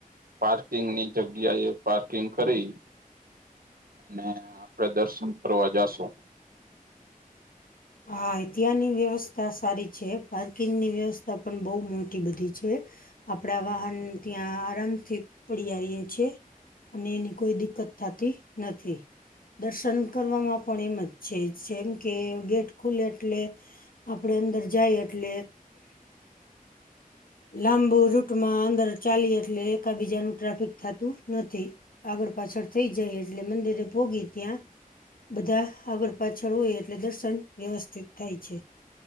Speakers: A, on the right (about 80°); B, on the left (about 70°).
A: પાર્કિંગની જગ્યા એ પાર્કિંગ કરી. અને આપડે દર્શન કરવા જાશું.
B: હા ત્યાંની વ્યવસ્થા સારી છે પાર્કિંગની વ્યવસ્થા પણ બહુ મોટી બધી છે. આપણા વાહન ત્યાં આરામથી. પડી આવીએ છે અને એની કોઈ દિકત થતી નથી. દર્શન કરવામાં પણ એમ જ છે જેમ કે ગેટ ખુલે એટલે આપણે અંદર જાય એટલે. લાંબુ રૂટમાં અંદર ચાલી એટલે એકાબીજાનું ટ્રાફિક થતું નથી. આગળ પાછળ થઈ જાય એટલે મંદિરે પોગી ત્યાં. બધા આગળ પાછળ હોય એટલે દર્શન વ્યવસ્થિત થાય છે.